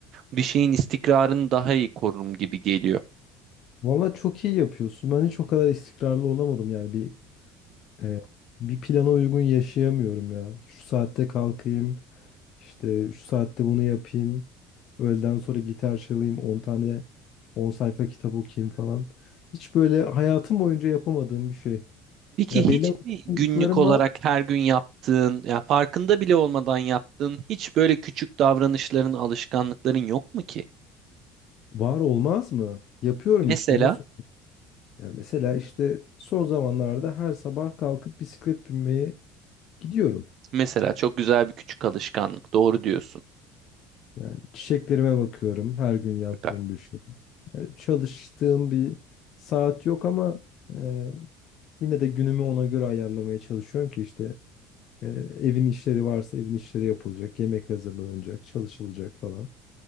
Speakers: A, on the right; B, on the left.
A: bir şeyin istikrarını daha iyi korurum gibi geliyor.
B: Vallahi çok iyi yapıyorsun. Ben hiç o kadar istikrarlı olamadım yani bir e, bir plana uygun yaşayamıyorum ya. Şu saatte kalkayım, işte şu saatte bunu yapayım. Öğleden sonra gitar çalayım, on tane 10 sayfa kitap okuyayım falan. Hiç böyle hayatım boyunca yapamadığım bir şey.
A: Peki
B: Ya belli
A: hiç
B: alışkanlıklarım
A: mi günlük olarak
B: var.
A: her gün yaptığın, ya farkında bile olmadan yaptığın hiç böyle küçük davranışların, alışkanlıkların yok mu ki?
B: Var olmaz mı? Yapıyorum
A: Mesela,
B: işte onu Ya mesela işte son zamanlarda her sabah kalkıp bisiklet binmeye gidiyorum.
A: mesela çok güzel bir küçük alışkanlık. Doğru diyorsun.
B: Yani çiçeklerime bakıyorum her gün yaptığım
A: Süper.
B: bir şey. Yani çalıştığım bir saat yok ama e, yine de günümü ona göre ayarlamaya çalışıyorum ki işte e, evin işleri varsa evin işleri yapılacak, yemek hazırlanacak, çalışılacak falan.